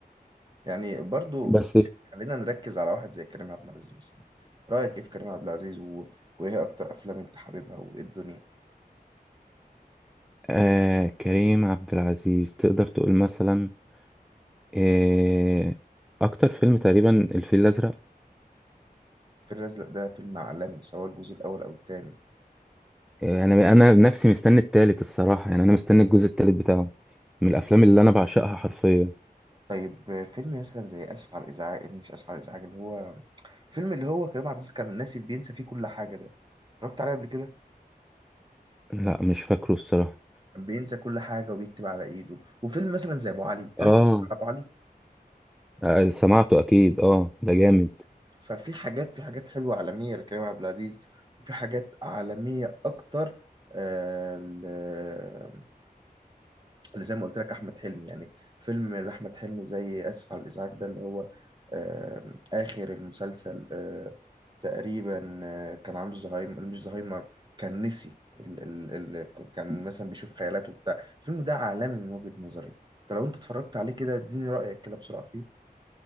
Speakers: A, on the right; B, in the centre.
A: يعني برضو
B: بس
A: خلينا نركز على واحد زي كريم عبد العزيز مثلا رأيك إيه في كريم عبد العزيز و... وإيه أكتر أفلام أنت حاببها وإيه الدنيا؟
B: آه كريم عبد العزيز تقدر تقول مثلا آه أكتر فيلم تقريبا الفيل الأزرق
A: الفيل الأزرق ده فيلم عالمي سواء الجزء الأول أو التاني
B: آه أنا أنا نفسي مستني التالت الصراحة يعني أنا مستني الجزء التالت بتاعه من الأفلام اللي أنا بعشقها حرفيا
A: طيب فيلم مثلا زي آسف على الإزعاج إيه، مش آسف على الإزعاج اللي هو فيلم اللي هو كريم عبد العزيز كان ناسي بينسى فيه كل حاجة ده اتفرجت عليه قبل كده
B: لا مش فاكره الصراحة
A: كان بينسى كل حاجة وبيكتب على إيده وفيلم مثلا زي أبو علي هل
B: اه
A: اتفرجت على أبو علي
B: آه، سمعته اكيد اه ده جامد
A: ففي حاجات في حاجات حلوة عالمية لكريم عبد العزيز وفي حاجات عالمية أكتر آه، ل- اللي زي ما قلت لك احمد حلمي يعني فيلم لاحمد حلمي زي اسف على الازعاج ده اللي هو آم، اخر المسلسل آه، تقريبا آه، كان عنده زهايمر مش زهايمر كان نسي ال ال ال كان مثلا بيشوف خيالاته وبتاع الفيلم ده عالمي من وجهة نظري فلو انت اتفرجت عليه كده اديني رايك كده بسرعه فيه